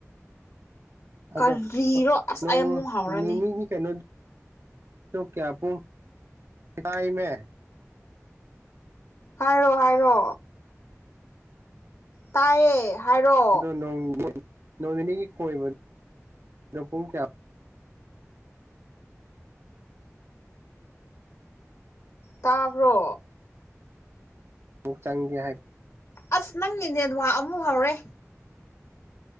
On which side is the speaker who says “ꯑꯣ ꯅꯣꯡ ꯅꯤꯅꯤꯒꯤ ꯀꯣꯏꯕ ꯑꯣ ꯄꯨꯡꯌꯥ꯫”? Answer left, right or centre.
Right